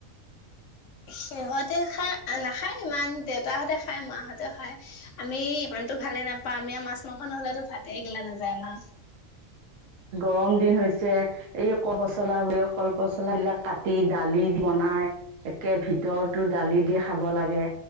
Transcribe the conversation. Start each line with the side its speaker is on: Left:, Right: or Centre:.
Left: সিহঁতে খাই নাখায় ইমান দেউতাহঁতে খায় মাহঁতে খায় আমি মানতো ভালে নাপাও আমি আও মাছ-মাংস নহলেতো ভাতে গিলা নাযায় আমা
Right: গৰম দিন হৈছে এই কলপচলা কলপচলাবিলাক কাটি দালি বনাই একে ভিতৰতো দালি দি খাব লাগে